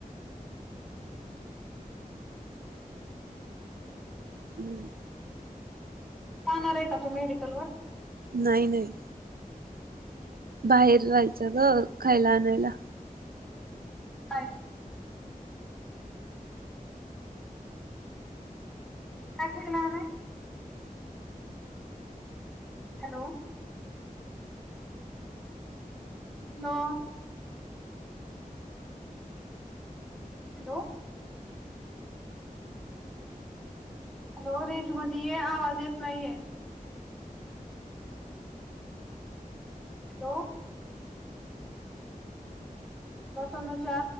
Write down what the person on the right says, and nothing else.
हम्म
नाही नाही बाहेर जायचं ग खायला आणायला